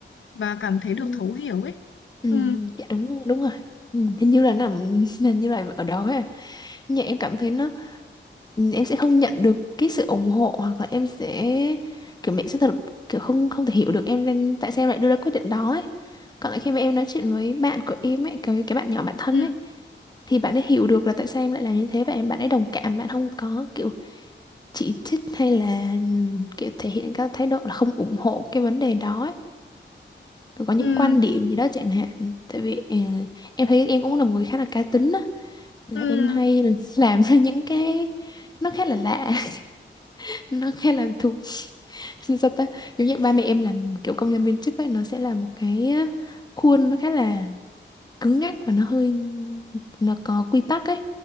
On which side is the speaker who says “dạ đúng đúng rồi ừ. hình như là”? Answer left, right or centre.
Left